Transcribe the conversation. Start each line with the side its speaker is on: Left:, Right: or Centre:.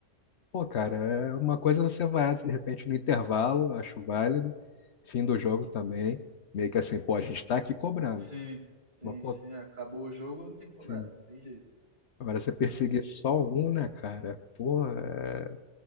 Left: pô, cara, é uma coisa você vai, de repente, no intervalo, acho válido, fim do jogo também, meio que assim, pô, a gente tá aqui cobrando,
Right: sim, sim,
Left: mas, pô,
Right: sim. é, Acabou o jogo, tem que cobrar,
Left: assim,
Right: não tem jeito.
Left: agora você perseguir só um, né, cara? Pô, é,